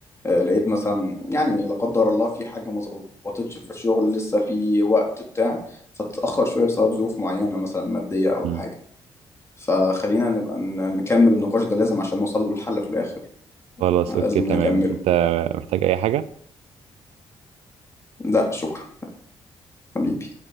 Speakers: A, on the left; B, on the right.
A: آه، لقيت مثلا يعني لا قدر الله في حاجة ما ظبطتش في الشغل لسه في وقت بتاع فتتأخر شوية بسبب ظروف معينة مثلا مادية أو
B: مم.
A: حاجة فخلينا نبقى ن- نكمل النقاش ده لازم عشان نوصل له الحل في الآخر
B: خلاص
A: آه،
B: اوكي
A: لازم
B: تمام
A: نكمله
B: انت محتاج اي حاجه
A: ده شكرا حبيبي